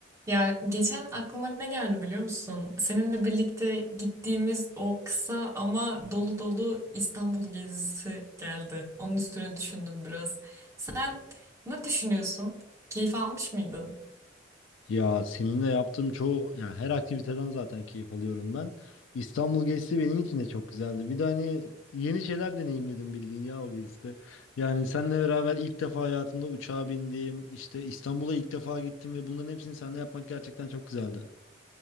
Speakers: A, on the right (about 15°); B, on the left (about 80°).
A: Ya geçen aklıma ne geldi biliyor musun? Seninle birlikte gittiğimiz o kısa ama dolu dolu İstanbul gezisi geldi. Onun üstüne düşündüm biraz. Sen ne düşünüyorsun? Keyif almış mıydın?
B: Ya seninle yaptığım çoğu yani her aktiviteden zaten keyif alıyorum ben. İstanbul gezisi benim için de çok güzeldi. Bir de hani yeni şeyler deneyimledim bildiğin ya o gezide. Yani seninle beraber ilk defa hayatımda uçağa bindim. İşte İstanbul'a ilk defa gittim ve bunların hepsini seninle yapmak gerçekten çok güzeldi.